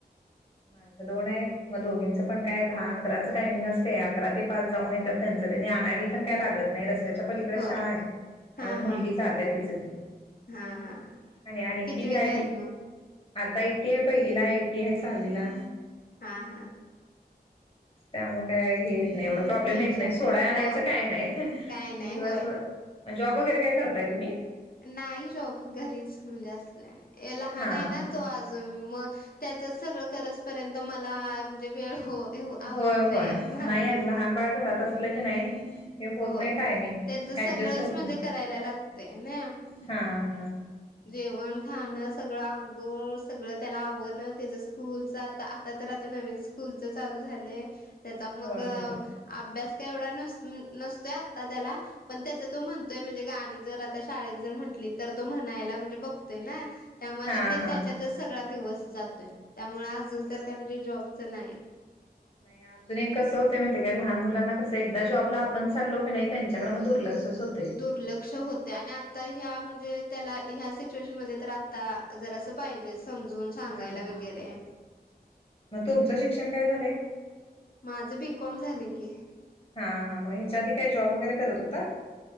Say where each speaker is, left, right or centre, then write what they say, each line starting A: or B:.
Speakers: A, on the left; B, on the left.
A: माझ्या दोन आहेत मग दोघींचं पण काय दहा अकराचं टायमिंग असते अकरा ते पाच जाऊन येतात त्यांच त्यांनी आणायला तर काय लागत नाही रस्त्याच्या पलीकडे
B: हो
A: शाळा आहे त्यामुळे
B: हा
A: मुलगी
B: हा
A: जात्या तिच ती.
B: हा हा
A: आणि आणि
B: कितविला
A: ती आहे
B: आहेत
A: ती
B: मग?
A: आता एकटी आहे पहिलीला एकटी आहे सहावीला.
B: हा हा.
A: त्यामुळेग काय हे येत नाही एवढं. प्रॉब्लेम
B: टेन्शन
A: येत नाही सोडा आणायच
B: होय
A: काही नाही
B: काय नाही
A: दिवस
B: होय
A: भर जॉब वगैरे काय करताय तुम्ही.
B: नाही जॉब घरीच म्हणजे अस लहान
A: हा
B: आहे ना
A: हा
B: तो अजून म त्याचच सगळं करजपर्यंत मला म्हणजे वेळ हो आवरत
A: होय
B: नाही
A: होय
B: माझच
A: नाही आणि लहान घरात असलं की नाही हे होत
B: होय
A: नाही टायमिंग
B: त्याच सगळंच
A: ऍडजस्ट होत
B: म्हणजे
A: नाही
B: करायला लागत ते ना
A: हा हा
B: जेवण खानस सगळं अंंगोळ सगळं त्याला आवडणं त्याच स्कूलच आता आता तर आता नवीन कूलच चालू झालंय त्याचा मग
A: होय
B: अभ्यास
A: होय
B: का एवढा नस नसतोय आता त्याला पण त्याच तो म्हणतोय म्हणजे गाणी जर आता शाळेत जर म्हंटली तर तो म्हणायला म्हणजे बघतोय ना त्यामुळे आता
A: हा
B: ते
A: हा
B: त्याच्यातच सगळा दिवस जातोय त्यामुळे अजून तर काय म्हणजे जॉबचं नाही ह
A: नाही अजून कसं होते मा काय लहान मुलांना कसं एकदा जॉबला आपण चालो की नाही त्यांच्याडडे मग दुर्लक्ष होत
B: दुर्लक्ष हो आणि आ ह म्हणजे त्या ह सिच्युशन म आता जर अस पाहिजे समजून सांगायला
A: हा
B: वगैरे
A: मग तुमचं शिक्षण काय झालं
B: माझं बीकॉम झाले की
A: हा हा मग ह्याच्या आधी काही जॉब वगैरे करत होता